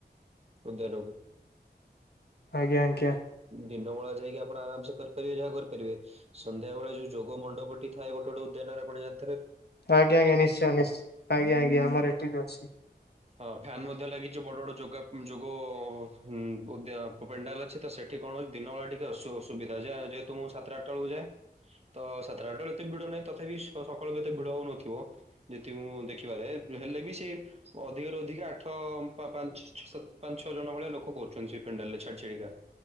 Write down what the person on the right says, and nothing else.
ଉଦ୍ୟାନକୁ।
ଦିନବେଳା ଯାଇକି ଆପଣ ଆରାମ୍ ସେ କରିପାରିବେ, ଯାହା କରିପାରିବେ। ସନ୍ଧ୍ୟାବେଳେ ଯୋଉ ଯୋଗ ମଣ୍ଡପଟି ଥାଏ ଗୋଟେ ଟେ ଉଦ୍ୟାନରେ ଆପଣ ଜାଣ୍ ଥେବେ।
ହଁ, ଫ୍ୟାନ୍ ମଧ୍ୟ ଲାଗିଛି ବଡ ବଡ ଯୋଗା, ଯୋଗ-ଅ ହୁଁ ଉଦ୍ୟ ପେଣ୍ଡାଲ ଅଛି ତ ସେଠି କଣ ଦିନବେଳା ଟିକେ ଅସୁ ଅସୁବିଧା ଯେ-ଯେହେତୁ, ମୁଁ ସାତଟା ଆଟ୍ ଟା ଅଳକୁ ଯାଏ। ତ ସାତଟା ଆଟା <unintelligible> ଏତେ ବି ଭିଡ ନାହିଁ, ତଥାପି ସ -ସକାଳୁ ଏତେ ଭିଡ ହଉନଥିବ। ଯେତିକି ମୁଁ ଦେଖିବାରେ, ହେଲେ ବି ସେ ଅଧିକରୁୁ ଅଧିକ ଆଠ ପା-ପାଞ୍ଚ ଛଅ ସାତ, ପାଞ୍ଚ ଛ ଜଣ ଭଳିଆ ଲୋକ କରୁଛନ୍ତି ସେ ପେଣ୍ଡାଲ ରେ ଛାଡି। ସେଠିକା,